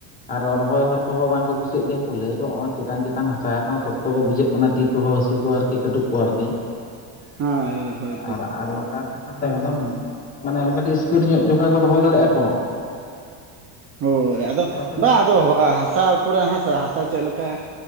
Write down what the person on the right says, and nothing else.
ᱦᱮᱸ ᱦᱳᱭ ᱦᱳᱭ ᱛᱚ
ᱦᱳᱭ ᱟᱫᱚ
ᱵᱟᱝ
ᱟᱫᱚ ᱦᱟᱥᱟ ᱩᱯᱩᱨᱟ. ᱦᱟᱥᱟ ᱦᱟᱥᱟ ᱪᱮᱫ ᱞᱮᱠᱟ